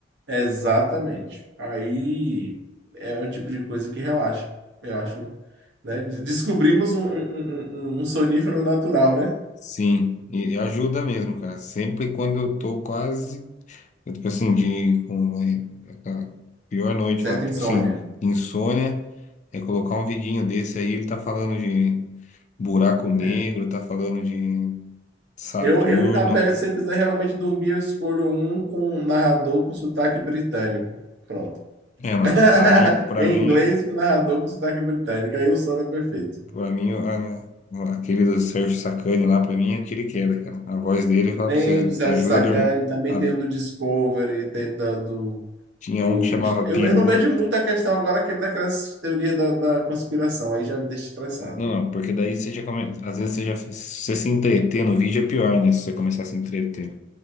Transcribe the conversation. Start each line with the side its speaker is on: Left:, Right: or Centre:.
Right: Exatamente. Aí é um tipo de coisa que relaxa. Eu acho, né? De- Descobrimos um, um, um- um um sonífero natural, né?
Left: Sim, e, e ajuda mesmo, cara. Sempre quando eu tô quase, eu, tipo assim, de com é, aquela pior noite
Right: Certa
Left: lá, tipo
Right: insônia.
Left: assim, insônia, é colocar um vidinho desse aí, ele tá falando de buraco negro,
Right: É.
Left: tá falando de Saturno.
Right: Eu, eu ainda pego, se você quiser realmente dormir, eu escolho um com um narrador com sotaque britânico. Pronto.
Left: É, lá,
Right: <laughs>
Left: pra mim, para
Right: Em
Left: mim
Right: inglês, com narrador com sotaque britânico. Aí o sono é perfeito.
Left: Pra mim, a- aquele do Sérgio Sacani lá, pra mim, é tiro e queda, cara. A voz dele fala
Right: Tem
Left: pra você,
Right: do Sérgio
Left: ajuda
Right: Sacani,
Left: a dormir.
Right: também
Left: A-
Right: tem o do Discovery, tem da- do
Left: tinha
Right: Do...
Left: um que chamava
Right: Eu,
Left: Pirula.
Right: eu não vejo muita questão agora que- daquelas teorias da, da conspiração, aí já me deixa estressado.
Left: Não, não, porque daí você já começa. Às vezes você já. Se você se entreter no vídeo é pior, né? Se você começar a se entreter.